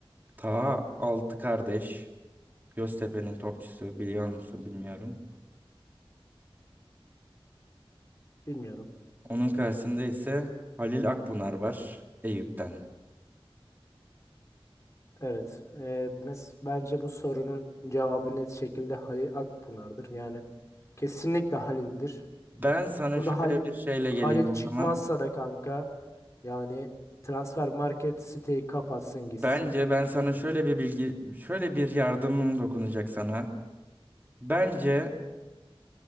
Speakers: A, on the right (about 20°); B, on the left (about 30°).
A: Ta 6 kardeş. Göztepe'nin topçusu biliyor musun bilmiyorum.
B: bilmiyorum.
A: Onun karşısında ise Halil Akbunar var Eyüp'ten.
B: Evet, Ee, mes bence bu sorunun cevabı net şekilde Halil Akpınar'dır. Yani kesinlikle Halil'dir.
A: Ben sana
B: Burada
A: şöyle
B: Halil,
A: bir şeyle
B: Halil
A: geleyim
B: çıkmazsa
A: o zaman.
B: da kanka yani transfer market siteyi kapatsın gitsin.
A: Bence ben sana şöyle bir bilgi, şöyle bir yardımım dokunacak sana. Bence